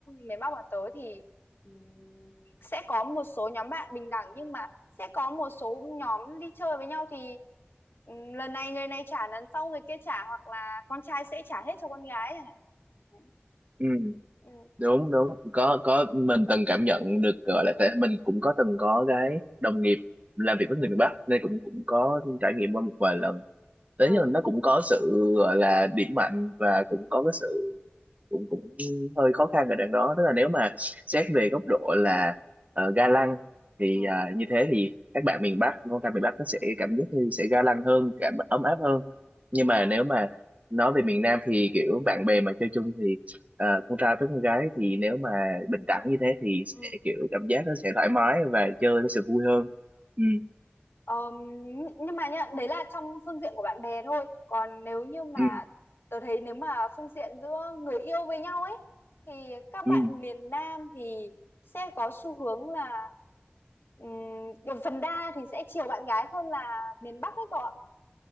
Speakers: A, on the left; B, on the right.
A: miền Bắc bọn tớ thì ừm, sẽ có một số nhóm bạn bình đẳng nhưng mà sẽ có một số nhóm đi chơi với nhau thì ừm, lần này người này trả lần sau người kia trả hoặc là con trai sẽ trả hết cho con gái chẳng hạn Đấy.
B: Ừ.
A: ừ
B: Đúng đúng. Có có mình từng cảm nhận được gọi là tại mình cũng có từng có cái đồng nghiệp làm việc với người miền Bắc nên cũng cũng có trải nghiệm qua một vài lần. Thế
A: ừ
B: nhưng mà nó cũng có sự gọi là điểm mạnh và cũng có cái sự cũng cũng hơi khó khăn ở đằng đó tức là nếu mà xét về góc độ là uh, ga lăng thì
A: ừ
B: à, như thế thì các bạn miền Bắc con trai miền Bắc nó sẽ cảm giác như sẽ ga lăng hơn cảm ấm áp hơn nhưng
A: ờ,
B: mà nếu mà nói về miền Nam thì kiểu bạn bè mà chơi chung thì à, con trai với con gái thì nếu mà bình đẳng như thế thì sẽ
A: ừ
B: kiểu cảm giác nó sẽ thoải mái và chơi nó sẽ vui hơn ừ
A: Ờm, nhưng mà nhá, đấy là trong phương diện của bạn bè thôi. Còn nếu như mà
B: ừ
A: tớ thấy nếu mà phương diện giữa người yêu với nhau ấy thì các
B: ừ
A: bạn miền Nam thì sẽ có xu hướng là ừm, kiểu phần đa thì sẽ chiều bạn gái hơn là miền Bắc ấy cậu ạ.